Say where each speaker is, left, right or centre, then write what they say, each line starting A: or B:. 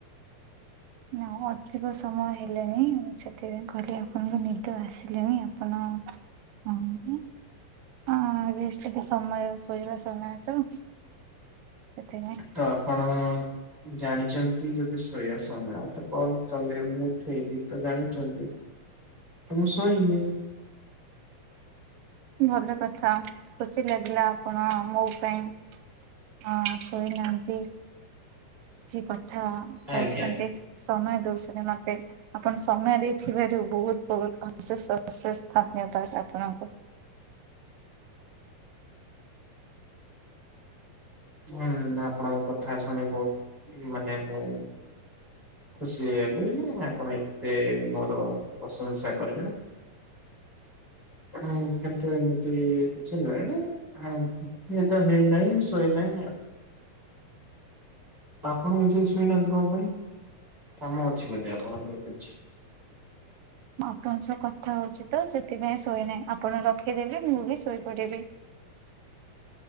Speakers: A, on the right; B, in the centre.
A: ନା ଅଧିକ ସମୟ ହେଲାଣିି, ମୁଁ ସେଥିପାଇଁ କହିଲି ଆପଣଙ୍କୁ ନିଦ ଆସିଲାଣି ଆପଣ ହଁ ରେଷ୍ଟ ନେବା ସମୟ ଶୋଇବା ସମୟ ତ। ସେଥିପାଇଁ
B: ତ ଆପଣ ଜାଣିଛନ୍ତି ଯଦି ଶୋଇବା ସମୟ ତ କଲ କଲେ ମୁଁ ଉଠେଇଲି ତ ଜାଣିଛନ୍ତି। ତ ମୁଁ ସୋଇନି।
A: ଭଲ କଥା ଖୁସି ଲାଗିଲା ଆପଣ ମୋ ପାଇଁ ହଁ ଶୋଇନାହାନ୍ତି। କିଛି କଥା କହୁଛନ୍ତି
B: ଆଜ୍ଞା
A: ସମୟ ଦଉଛନ୍ତି ମତେ। ଆପଣ ସମୟ ଦେଇଥିବାରୁ ବହୁତ ବହୁତ ଅଶେଷ ଅଶେଷ ଧନ୍ୟବାଦ ଆପଣଙ୍କୁ।
B: ହୁଁ ଆପଣଙ୍କ କଥା ଶୁଣି ବହୁତ ମାନେ ମୁଁ ଖୁସି ହେଇଗଲି, ଆପଣ ଏତେ ମୋର ପ୍ରଶଂସା କଲେ, ମୁଁ କିନ୍ତୁ ଏମିତି କିଛି ନୁହେଁ। ଆଉ ନିଦ ହେଇନାହିଁ ମୁଁ ଶୋଇନାହିଁ ଆଉ। ତ ଆପଣ ଏଯାଏଁ ଶୋଇନାହାନ୍ତି କଣ ପାଇଁ। କାମ ଅଛି ବୋଧେ ଆପଣଙ୍କର କିଛି।
A: ଆପଣଙ୍କ ସହ କଥା ହଉଛି ତ ସେଥିପାଇଁ ଶୋଇନାହିଁ ଆପଣ ରଖିଦେଲେ ମୁଁ ବି ଶୋଇ ପଡ଼ିବି।